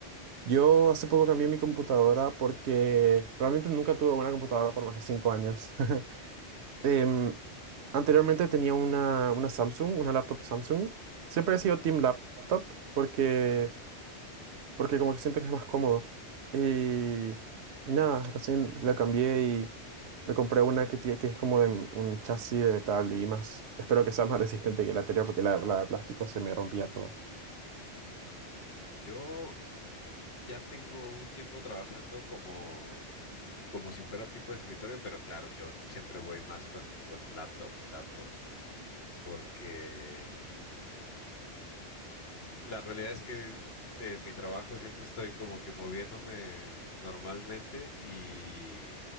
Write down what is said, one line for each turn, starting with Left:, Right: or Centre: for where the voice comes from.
Right: Yo hace poco cambié mi computadora porque realmente nunca tuve una computadora por más de cinco años. <laughs> Em, anteriormente tenía una, una Samsung, una laptop Samsung. Siempre he sido Team Laptop porque,
Left: ¿Mm?
Right: porque como que siento que es más cómodo. Y, y nada, recién la cambié y me compré una que, tie- que es como de un chasis de metal y más. Espero que sea más <laughs> resistente que la anterior porque la, la de plástico se me rompía todo.
Left: Yo ya tengo un tiempo trabajando como, como si fuera tipo de escritorio, pero claro, yo siempre voy más con, con laptops, laptops, porque la realidad es que en mi trabajo siempre estoy como que moviéndome normalmente y